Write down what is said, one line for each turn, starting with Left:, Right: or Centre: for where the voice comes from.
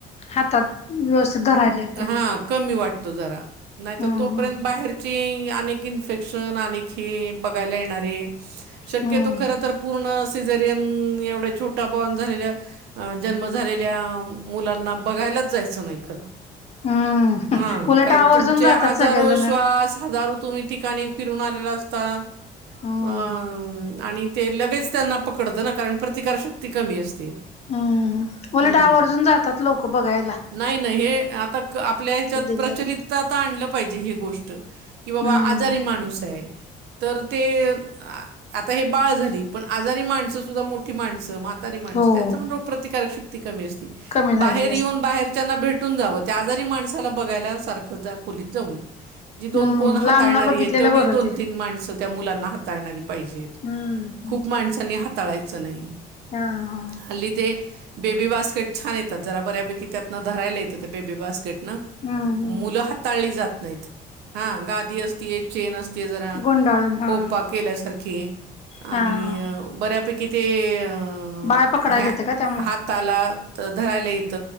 Left: हातात व्यवस्थित धराहिलेत.
Right: हा कमी वाटतो जरा नाहीत
Left: हम्म
Right: तोपर्यंत बाहेरची आणी कीन्फेक्शन आणि खे बघायला येणारे शक्यतो
Left: हम्म हम्म
Right: खर तर पूर्ण सिझरियन एवढ्या छोटा बॉन झालेल्या अं जन्म झालेल्या मुलांना बघायलाच जायचं नाही खरं.
Left: हम्म
Right: आ
Left: उलट
Right: कारण
Left: आवर्जून
Right: तुमचे
Left: जातात
Right: हजारो
Left: सगळेजण
Right: श्वास, हजारो तुम्ही ठिकाणी फिरून आलेला असता.
Left: हम.
Right: आ आणि ते लगेच त्यांना पकडतं ना, कारण प्रतिकारशक्ती कमी असते.
Left: हं उलट
Right: हं.
Left: आवर्जून जातात लोक बघाया.
Right: नाही ना हे आता आपल्या ह्याच्यात
Left: ते डिलिव्हरी
Right: प्रचलित त आतां आणलं पाहिजे ही गोष्ट, की बाबा
Left: हम्म
Right: आजारी माणूस आहे. तर ते आता हे बाळ झाली, पण आजारी माणसं सुद्धा मोठी माणसं म्हा तारी माणसं
Left: हो
Right: त्यांच पण रोग प्रतिकारक शक्ती कमी असती,
Left: कमी
Right: बाहेर
Left: झालेली असते
Right: येऊन बाहेरच्यांना भे टून जावं, त्या आजारी माणसाला बघायला सारखं जा खोलीत जाऊ नये. जी दोन
Left: हम्म
Right: कोण हाताळणारीये
Left: लांबन बघितलेलं
Right: तेवढीच
Left: बरं
Right: दोन,
Left: ते
Right: तीन, माणसं त्या मुलांना हाताळणारी पाहिजेत.
Left: हम्म हम्म
Right: खूप माणसांनी हाताळायचं नाही,
Left: हा हा
Right: हल्ली ते बेबी बास्केट छान येतात जरा बऱ्यापैकी, त्यातनं धरायला येतं त्या बेबी बास्केट न.
Left: हं!
Right: मुलं हाताळली जात नाहीत, हा गादी असते चेन असते जरा
Left: गुंडाळून
Right: खोपा
Left: हा हा
Right: केल्या सारखी आणि
Left: हा
Right: बऱ्यापैकी ते अ.
Left: बाळ पकडायला
Right: अ ह्या
Left: येतं का त्यामुळं
Right: हाताला त- धरायला येत,